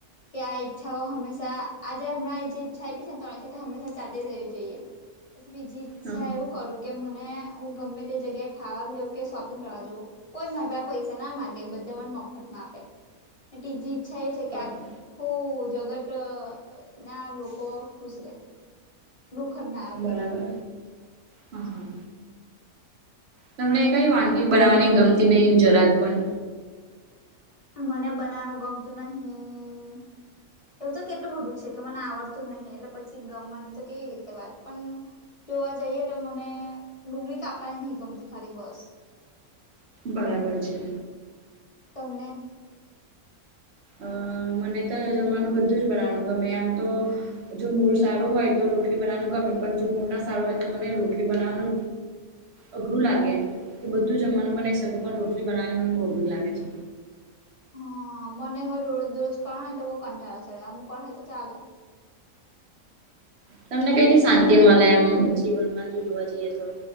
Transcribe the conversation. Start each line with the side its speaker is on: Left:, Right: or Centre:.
Left: કે આ ઈચ્છા હો હમેશા આજે હમંણા જે ઈચ્છા આપી છે. ને ત્રણ ઈચ્છા હંમેશા ચાલતી રહેવી જોઈએ પછી બીજી અચ્છા
Right: હા
Left: એવું કરું કે મને હુ, ગમે તે જગ્યાએ ખાવા જાઉં કે શોપિંગ કરવા જઉ કોઈ મારા પાસે પૈસા ના માગે બધા મને મફત માં આપે ત્રીજી ઈચ્છા એવી
Right: હા
Left: છે. કે આ ખૂ જગતના લોકો ખુશ રહે દુઃખના
Right: બરાબર હા હા તમને કઈ વાનગી બનાવવાની ગમતી નહીં જરાક પણ
Left: મને બનાવવાનું ગમતુ નહી એવું તો કેટલું બધું છે. કે મને આવડતું જ નહી એટલે પછી ગમવાની તો કેવી રીતે વાત પણ જોવા જઈએ તો મને ડુંગળી કાપવાની નહીં ગમતી ખાલી બસ
Right: બરાબર છે.
Left: તમને
Right: અ મને તો જમવાનું બધું જ બનાવાનું ગમે આમ તો જો મૂડ સારું હોય તો રોટલી બનાવવાનું ગમે પણ જો મૂડ ના સારું હોય તો મને રોટલી બનાવવાનુ અઘરું લાગે કે બધું જમવાનું પણ બનાવી શ કુ પણ રોટલી બનાવવાનું મને બહુ અઘરું લાગે છે.
Left: હ મને હ રોજ દુરોજ કરણ હો તો બ કંટાળ ચું કોણ હોય તો ચાલે
Right: તમને કઈ રી શાંતિ મળે એમ જીવનમાં જો જોવા જઈએ તો